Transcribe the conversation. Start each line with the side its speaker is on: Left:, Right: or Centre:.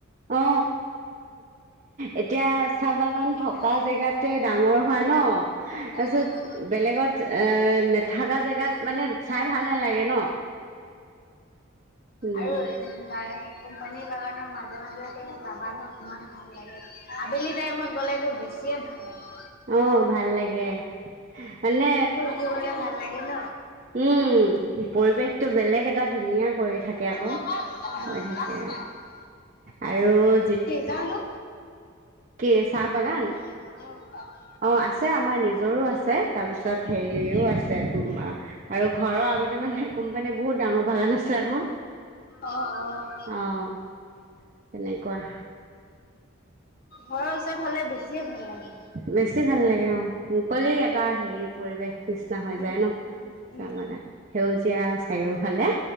Right: অ'। এতিয়া চাহ বাগান
Left: উম
Right: থকা জেগাতে ডাঙৰ হোৱা ন তাৰপিছত
Left: উম
Right: বেলেগত এ নেথকা জেগাত।
Left: উম
Right: মানে চাই ভাল নালাগে ন? উম,
Left: আৰু কোম্পানী বাগানৰ মাজে, মাজে যাবানে কিমান। ভ লাগে আবেলি টাইমত গ'লেতো বেছিয়ে ভাল লাগে।
Right: অ, ভাল লাগে মানে।
Left: সা ভাল লাগে ন।
Right: উম, পৰিৱেশটো বেলেগ এটা ধুনীয়া কৰি থাকে।
Left: পিছে
Right: আকৌ হৈ থাকে আৰু।
Left: জানো।
Right: কে চাহ বাগান
Left: উম।
Right: অ, আছে, আমাৰ নিজৰো আছে, তাৰপিছত হেৰিও আছে। আৰু ঘৰৰ আগতে মানে কোম্পানীৰ বহুত ডাঙৰ বাগান আছে আকৌ।
Left: অ', অ',
Right: আহ, তেনেকুৱা।
Left: ঘৰৰ ওচৰত হ'লে বেছিয়ে ভাল লাগে।
Right: বেছি ভাল লাগে অ, মুকলি এটা হেৰি পৰিৱেশ নিয় ন হৈ
Left: উম,
Right: যায় ন
Left: উম, উম,
Right: চাহ বাগান সেউজীয়া চাৰিওফালে।